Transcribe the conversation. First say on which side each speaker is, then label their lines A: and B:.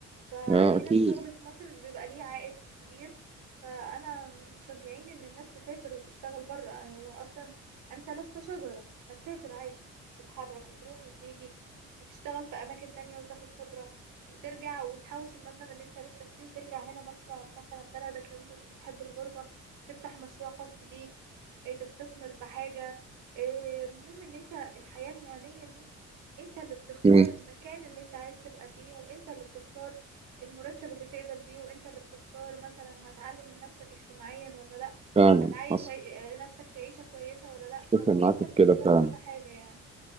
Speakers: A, on the right; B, on the right.
A: فهنا
B: آه، أكيد
A: الشغل في مصر مش بيبقى ليه عائد كبير فأنا من مشجعين إن الناس تسافر وتشتغل برا يعني هو أصلا أنت لست شجرة ما تسافر عادي وتتحرك وتروح وتيجي وتشتغل في أماكن تانية وتاخد خبرة وترجع وتحوش المبلغ اللي انت نفسك فيه وترجع هنا مثلا مثلا بلدك لو انت مش بتحب الغربة تفتح مشروع خاص بيك إيه، تستثمر في حاجة إيه، المهم ان انت الحياة المهنية دي انت اللي بتختار
B: مم،
A: المكان اللي انت عايز تبقى فيه وانت اللي بتختار المرتب اللي تقبل بيه وانت اللي بتختار مثلا هتعلي من نفسك اجتماعيا ولا لا
B: فعلا
A: هتعيش
B: حصل
A: عي- نفسك في عيشة كويسة ولا لا
B: أتفق
A: فانت
B: معاك
A: اللي
B: في
A: بتختار
B: كده فعلا
A: كل حاجة يعني